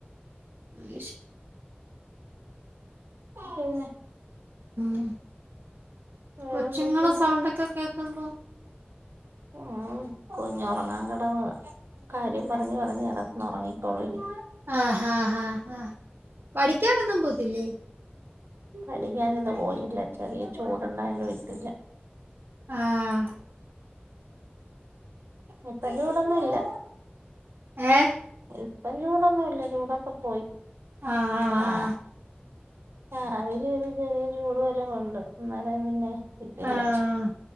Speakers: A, on the right (about 60°); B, on the right (about 75°).
A: ആയി ശ്
B: പിന്നെ
A: ആ
B: വേറെന്തൊക്കെയുണ്ട്
A: കൊച്ചുങ്ങളെ സൗണ്ടൊക്കെ കേക്കുന്നു
B: ഉം കുഞ്ഞ് ഒറങ്ങാൻ കിടന്നതാ കാര്യം പറഞ്ഞ് പറഞ്ഞ് ഇറന്ന് ഉറങ്ങിക്കോളൂനി
A: ആഹ ഹാ ഹാ ഹാ പഠിക്കാനൊന്നും പോവത്തില്ലേ
B: പഠിക്കാന് ഇന്ന് പോയിട്ടില്ല ചെറിയ ചൂടുണ്ടായൊണ്ട് വിട്ടില്ല
A: ആഹ
B: ഇപ്പൊ ചൂടൊന്നുംല്ല
A: ഏ
B: ഇപ്പം ചൂടൊന്നുല്ല ചൂടൊക്കെ പോയി
A: ആഹ്
B: ആ ആഹ അവൻ ഒരു ചെറിയ ചൂട് <unintelligible> വല്ല കൊണ്ട് അന്നേര പിന്നെ വിട്ടില്ല
A: ആഹ് ആഹ്